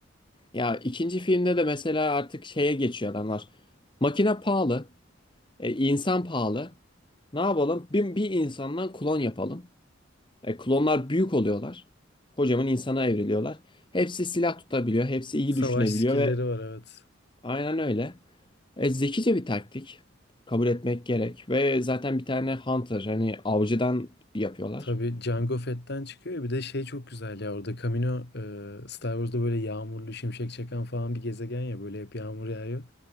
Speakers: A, on the left; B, on the left.
A: Ya ikinci filmde de mesela artık şeye geçiyor adamlar. Makine pahalı, e, insan pahalı. Ne yapalım? Bir, bir insandan klon yapalım. E, klonlar büyük oluyorlar. Kocaman insana evriliyorlar. Hepsi silah tutabiliyor. Hepsi iyi
B: Savaş
A: düşünebiliyor
B: skill'leri
A: ve
B: var evet.
A: aynen öyle. E, zekice bir taktik. Kabul etmek gerek. Ve zaten bir tane hunter hani avcıdan yapıyorlar.
B: Tabii Jango Fett'ten çıkıyor ya, bir de şey çok güzel ya orada Camino e, Star Wars'da böyle yağmurlu şimşek çakan falan bir gezegen ya böyle hep yağmur yağıyor.